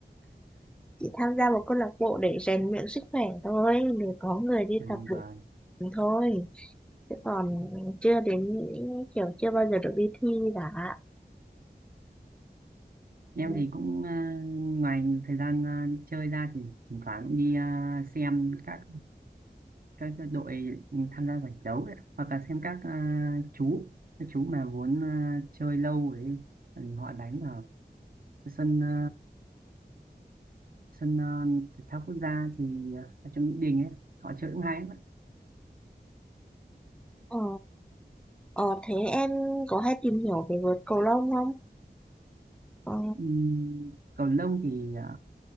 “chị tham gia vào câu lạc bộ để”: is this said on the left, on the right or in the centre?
Centre